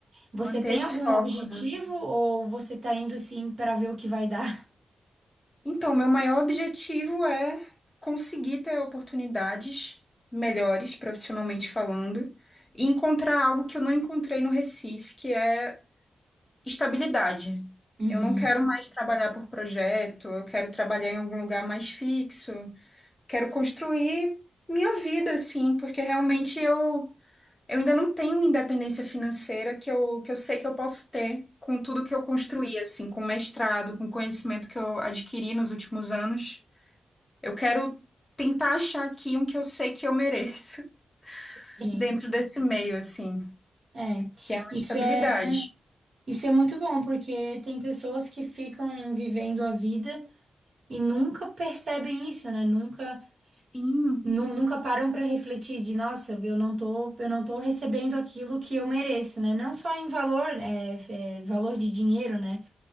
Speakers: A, on the right; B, on the left.
A: Você
B: Manter
A: tem
B: esse
A: algum
B: foco,
A: objetivo
B: né?
A: ou você tá indo assim para ver o que vai dar?
B: Então, meu maior objetivo é conseguir ter oportunidades melhores, profissionalmente falando, e encontrar algo que eu não encontrei no Recife, que é estabilidade.
A: Uhum.
B: Eu não quero mais trabalhar por projeto, eu quero trabalhar em algum lugar mais fixo, quero construir minha vida, assim, porque realmente eu Eu ainda não tenho independência financeira que eu, que eu sei que eu posso ter com tudo que eu construí, assim, com o mestrado, com o conhecimento que eu adquiri nos últimos anos. Eu quero tentar achar aqui um que eu sei que eu mereço <laughs>
A: Entendi.
B: dentro desse meio, assim,
A: É,
B: que é uma
A: isso
B: estabilidade.
A: é, isso é muito bom, porque tem pessoas que ficam vivendo a vida e nunca percebem isso, né? Nunca,
B: Sim,
A: nu- nunca param para refletir de, nossa, eu não tô, eu não tô recebendo aquilo que eu mereço, né? Não só em valor, é, é, valor de dinheiro, né?